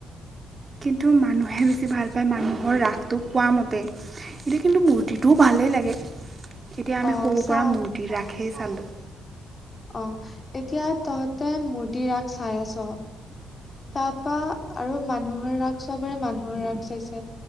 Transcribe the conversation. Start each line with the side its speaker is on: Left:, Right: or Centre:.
Right: কিন্তু মানুহে বেছি ভাল পায় মানুহৰ ৰাসটো কোৱা মতে এতিয়া কিন্তু মূৰ্তিটোও ভালেই লাগে। এতিয়া আমি
Left: অ
Right: সৰু
Left: চাম
Right: পৰা মূৰ্তি ৰাখেই চালো
Left: অ', এতিয়া তহতে মূৰ্তি ৰাগ চাই আছ। তাৰপৰা আৰু মানুহৰ ৰাগ চবৰে মানুহৰ ৰাগ চাইছে